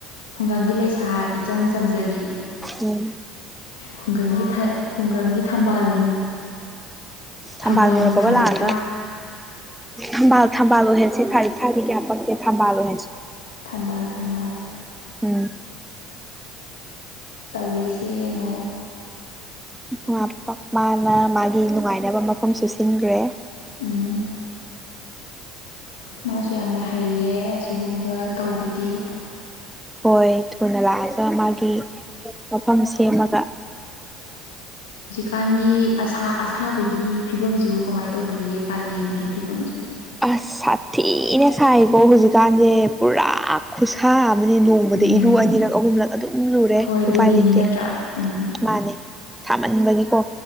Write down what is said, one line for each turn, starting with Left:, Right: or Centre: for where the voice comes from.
Left: ꯈꯨꯡꯒꯪꯒꯤ ꯂꯩꯁꯥ ꯏꯆꯝ ꯆꯝꯖꯕꯤ
Centre: ꯎꯝ
Left: ꯈꯨꯡꯒꯪꯒꯤ ꯊꯥ ꯈꯨꯡꯒꯪꯒꯤ ꯊꯝꯕꯥꯜꯅꯨ
Centre: ꯊꯝꯕꯥꯜ
Left: ꯊꯝꯕꯥꯜꯅꯨ
Centre: ꯍꯦꯄꯒ
Left: ꯊꯥꯔꯤꯛꯊꯥ
Centre: ꯂꯥꯛꯑꯒ ꯊꯝꯕꯥꯜ ꯊꯝꯕꯥꯜ ꯑꯣꯏꯍꯟꯁꯦ ꯊꯥꯔꯤꯛꯊꯥꯗꯤ ꯀꯌꯥ ꯄꯛꯇꯦ ꯊꯝꯕꯥꯜ ꯑꯣꯏꯍꯟꯁꯤ
Left: ꯊꯝꯕꯥꯜ ꯊꯝꯕꯥꯜ
Centre: ꯎꯝ
Left: ꯇꯧꯔꯤꯁꯤ ꯌꯦꯡꯉꯣ
Centre: ꯉꯥ ꯄꯛ ꯃꯥꯅ ꯃꯥꯒꯤ ꯅꯨꯡꯉꯥꯏꯅꯕ ꯃꯐꯝꯁꯨ ꯁꯤꯟꯈ꯭ꯔꯦ
Left: ꯎꯝ ꯃꯥꯁꯨ ꯌꯥꯝꯅ ꯍꯩꯌꯦ ꯑꯁꯤꯒꯨꯝꯕ ꯇꯧꯕꯗꯤ
Centre: ꯍꯣꯏ ꯊꯨꯅ ꯂꯥꯛꯑꯒ ꯃꯥꯒꯤ ꯃꯐꯝ ꯁꯦꯝꯃꯒ
Left: ꯀꯥꯟꯒꯤ ꯑꯁꯥ ꯑꯁꯥꯕꯒꯤ ꯐꯤꯕꯝꯁꯤꯕꯨ ꯀꯃꯥꯏꯟ ꯇꯧꯕꯤꯔꯤ ꯀꯥꯂꯦꯟꯒꯤ ꯐꯤꯕꯝꯁꯨ
Centre: ꯑꯁ ꯁꯥꯊꯤꯅ ꯁꯥꯏꯀꯣ ꯍꯨꯖꯤꯛ ꯀꯥꯟꯁꯦ ꯄꯨꯔꯥ ꯈꯨꯁꯥ ꯑꯃꯅꯤ ꯅꯣꯡꯃꯗ
Left: ꯎꯝ
Centre: ꯏꯔꯨ ꯑꯅꯤꯔꯛ ꯑꯍꯨꯝꯂꯛ ꯑꯗꯨꯝ ꯂꯨꯔꯦ
Left: ꯍꯣꯏ ꯂꯨꯅꯤꯡꯉꯤ
Centre: ꯎꯄꯥꯏ ꯂꯩꯇꯦ
Left: ꯅꯠꯇ꯭ꯔꯥ ꯎꯝ
Centre: ꯃꯥꯅꯦ ꯁꯥꯃꯟꯕꯒꯤꯀꯣ